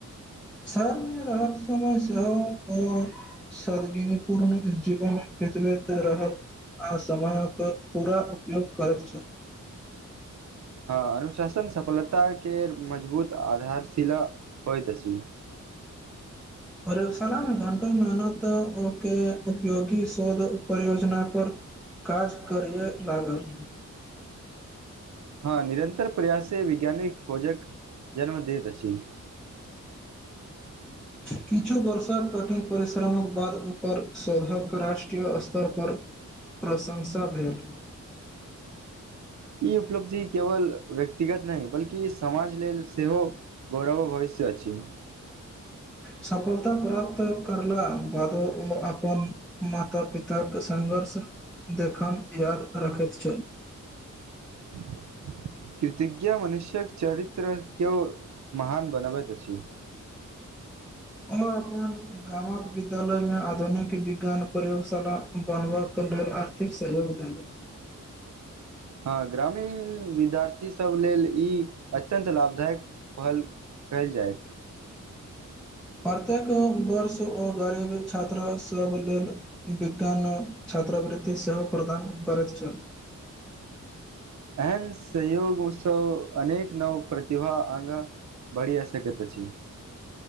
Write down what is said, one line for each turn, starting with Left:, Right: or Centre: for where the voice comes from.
Centre: शहरमे रहत समय सेहो सदगिरी पूर्ण जीवन वितबैत रहत आ समयक पूरा उपयोग करैत छैय
Right: हँ अनुशासन सफलताक के मजबूत आधारशिला होइत अछि
Centre: प्रयोगशालामे घंटो मेहनतके उपयोगी शोध परियोजना पर काज करे लागल
Right: हँ निरन्तर प्रयासे वैज्ञानिक खोजक जन्म दैत अछि <unintelligible> <unintelligible>
Centre: किछु वर्षक कठिन परिश्रमक बाद ओकर सोधक राष्ट्रीय स्तर पर प्रशंसा भेल
Right: ई उपलब्धि केवल व्यक्तिगत नहि बल्कि समाजक लेल सेहो गौरव भविष्य विवष्य अ छी
Centre: सफलता प्राप्त करला बादो ओ अपन माता पिताक सङ्घर्ष देखय याद रखैत छै
Right: <unintelligible> कृतिज्ञा मनुष्य्यक चरित्र केओ महान बनबैत अछि
Centre: ओना अपना गामक विद्यालयमे आधुनिक विज्ञान प्रयोगशाला बनबाक लेलऽ आर्थिक सहयोग देलक
Right: ह ग्रामीण विद्यार्थीसभ लेलऽ ई अत्यंत लाभदायक पहल केयल जायत
Centre: प्रतेक वर्ष ओ गरीबी छात्रा सभ लेलऽ विज्ञान छात्रवृत्ति सेहो प्रदान करैत छेल
Right: एहन सयोगसँ अनेक नव प्रतिभा आगा बड़ी आ सकते अछि